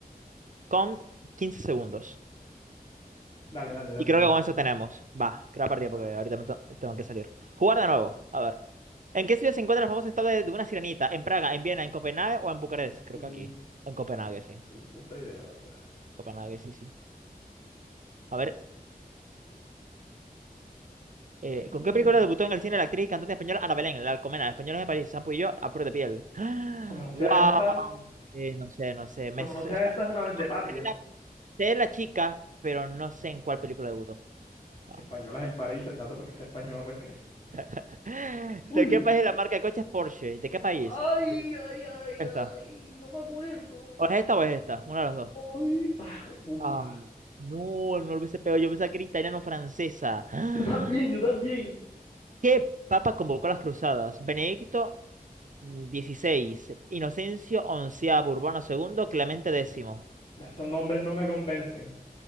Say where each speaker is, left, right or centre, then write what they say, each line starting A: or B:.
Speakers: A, on the right; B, on the left.
A: con 15 segundos.
B: Dale, dale, dale,
A: Y creo
B: dale.
A: que con eso tenemos. Va, creo la partida porque
B: Dale.
A: ahorita me to- tengo que salir. Jugar de nuevo. A ver. ¿En qué ciudad se encuentra la famosa estatua de de una sirenita? ¿En Praga, en Viena, en Copenhague o en Bucarest? Creo
B: Mm,
A: que aquí. En Copenhague, sí.
B: ni puta idea, la verdad.
A: Copenhague, sí, sí. A ver. Eh,
B: Ujú.
A: ¿con qué película debutó en el cine la actriz y cantante española Ana Belén, la Alcomena, Españoles de París, Sampo y yo, a flor de piel? <gasps>
B: Como no sea
A: ¡Wow!
B: esta,
A: Eh, no sé, no sé. Me,
B: como
A: o sea,
B: no sea
A: sé
B: esta, es una vendepatria.
A: cuál- sé la, sé la chica, pero no sé en cuál película debutó. No.
B: Que españolas en París pensando porque es española, pues crees.
A: <laughs> ¿De
B: Uy.
A: qué país es la marca de coches Porsche? ¿De qué país?
B: Ay,
A: Eh,
B: ay, ay,
A: Esta.
B: ay, no me acuerdo.
A: ¿O es esta o es esta? Una de las dos.
B: Ay, ay, puta
A: Ah, no, no lo hubiese pegado. Yo pensaba que era italiano-francesa. <gasps>
B: Yo también, yo también.
A: ¿Qué papa convocó las cruzadas? ¿Benedicto dieciséis Inocencio onceavo, Urbano segundo Clemente décimo.
B: Ya, Esos nombres no me convencen.